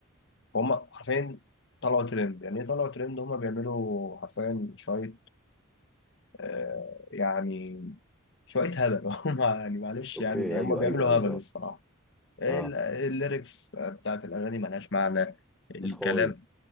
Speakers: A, on the left; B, in the centre.
A: فهم حرفيا طلعوا ترند يعني ايه طلعوا ترند هم بيعملوا حرفيا شوية آه يعني شوية هبل <laughs> هم يعني معلش
B: اوكي
A: يعني يعني
B: ايوه
A: هم بيعملوا
B: ايوه ايوه
A: هبل الصراحة
B: اه
A: ال-
B: اه
A: الليركس بتاعت الأغاني ملهاش معنى الكلام
B: مش قوية